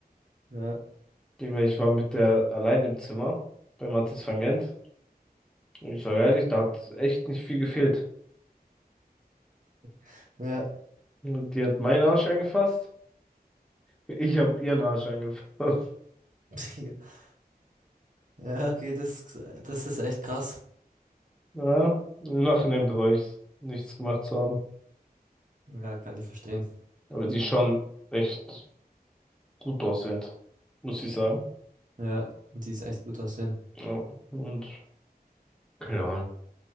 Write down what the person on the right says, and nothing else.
ja,
<laughs> ja.
<laughs> Ja, okay, das, das ist echt krass.
Ja, kann ich verstehen.
Ja, die ist echt gut aussehen.